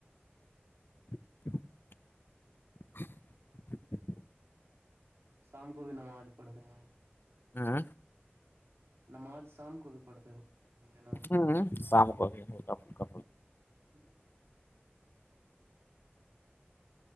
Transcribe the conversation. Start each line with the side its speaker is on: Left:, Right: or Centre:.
Left: <unintelligible>
Right: شام کو بھی نماز پڑھتے ہیں
Left: ہوں
Right: نماز شام کو بھی پڑھتے ہو ہوں گے نا
Left: ہوں شام کو کا
Right: ہاں